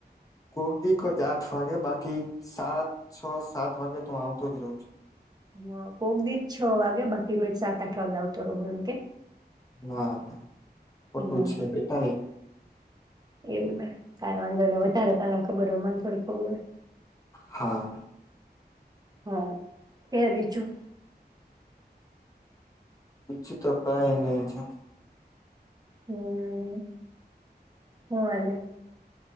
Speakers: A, on the left; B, on the right.
A: કોક દક જ આઠ વાગે બાકી સાત છ સાત વાગે તો આવતો જ રહું છું.
B: હ કોક દીજ છ વાગે બાકી રોજ સાત આઠ વાગે આવતો રહ એમ કે.
A: ના. ખોટું
B: હમ
A: છે બેટા એ.
B: એવું કાય વાંધો ને વધારે તને ખબર હોય મને થોડી ખબર હોય.
A: હા.
B: હા કે બીજું?
A: બીજું તો કઈ નહી જો.
B: હમ્મ હ અલેે.